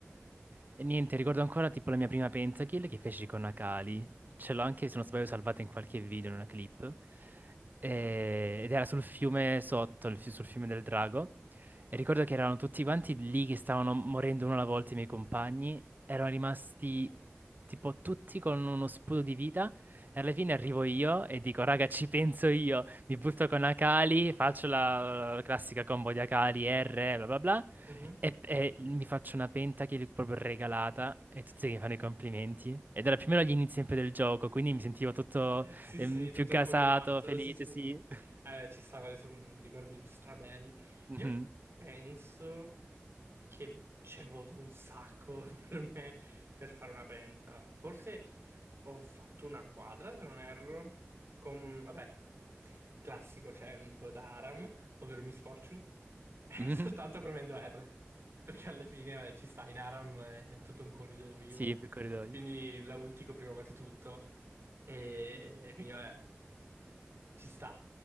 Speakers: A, on the right (about 40°); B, on the right (about 65°).
A: e niente, ricordo ancora tipo la mia prima pentakill che feci con Akali. Ce l'ho anche, se non sbaglio, salvata in qualche video, in una clip. E- Ed era sul fiume sotto, il fi- sul fiume del drago. E ricordo che erano tutti quanti lì che stavano morendo uno alla volta i miei compagni. Erano rimasti tipo tutti con uno sputo di vita. E alla fine arrivo io e dico, raga, ci penso io. Mi butto con Akali, faccio la, la classica combo di Akali, R, bla bla bla.
B: Mhm.
A: E, e mi faccio una penta che gli ho proprio regalata e tutti mi fanno i complimenti. Ed era più o meno agli inizi sempre del gioco, quindi mi sentivo tutto
B: Sì,
A: ehm,
B: sì,
A: più
B: tutto
A: gasato,
B: affogato,
A: felice,
B: sì, sì.
A: sì.
B: Eh,
A: <laughs>
B: beh, ci sta, quali sono ricordi strabelli.
A: Mhm,
B: Io penso. che c'è voluto un sacco <laughs> per me per fare una penta. Forse ho fatto una quadra, se non erro, con, vabbè, classico tempo da Aram, ovvero Miss Fortune, <laughs>
A: mhm,
B: soltanto premendo R, perché alla fine, vabbè, ci sta, in Aram è tutto un corridoio,
A: Sì, più corridoio.
B: quindi la ultico prima quasi tutto, e quindi vabbè, ci sta,